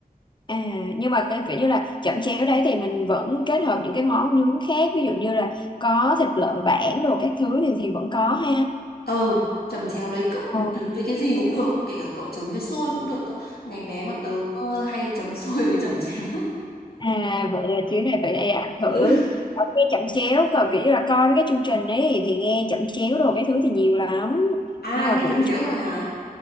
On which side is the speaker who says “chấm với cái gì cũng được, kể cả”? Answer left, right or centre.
Left